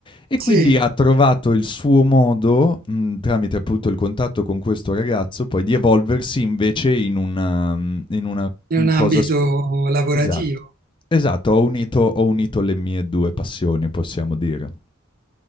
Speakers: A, on the left; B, on the right.
A: E quindi
B: sì,
A: ha trovato il suo modo, mhmm, tramite appunto il contatto con questo ragazzo, poi di evolversi invece in una mhmm, in una, mhmm,
B: in un ambito
A: cosa s
B: lavorativo.
A: esatto. Esatto, ho unito ho unito le mie 2 passioni, possiamo dire.